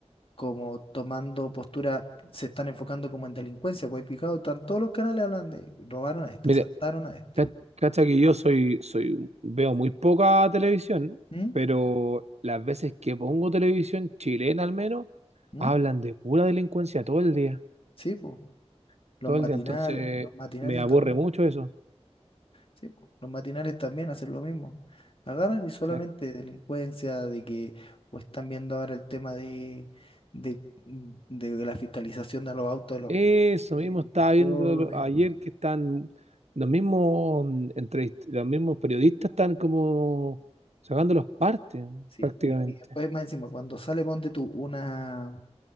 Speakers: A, on the left (about 55°); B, on the right (about 75°).
A: como tomando postura, se están enfocando como en delincuencia, pues picado están todos los canales hablan de robaron a este,
B: Mire,
A: asaltaron a este.
B: ca- cacha que yo soy, soy, veo muy poca televisión,
A: ¿Mm?
B: pero las veces que pongo televisión chilena al menos,
A: ¿Mm?
B: hablan de pura delincuencia todo el día.
A: Sí, pues, los
B: todo
A: matinales,
B: el día, entonces
A: los matinales
B: me aburre
A: también,
B: mucho eso.
A: sí, po, los matinales también hacen lo mismo. Agarran y solamente
B: Exacto.
A: delincuencia, de que, o están viendo ahora el tema de, de, mm, de la fiscalización de los autos, de los,
B: Eso
A: no
B: mismo
A: tienen
B: estaba
A: cuestiones.
B: viendo lo- ayer que están los mismos mm, entrevist- los mismos periodistas están como sacando los partes
A: Sí,
B: prácticamente.
A: y, y después más encima, cuando sale, ponte tú una,